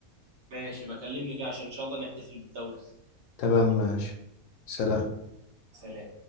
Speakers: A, on the right; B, on the left.
A: ماشي بكلمني كده عشان ان شاء الله نحتفل بالدوري
B: تمام ماشي سلام
A: سلام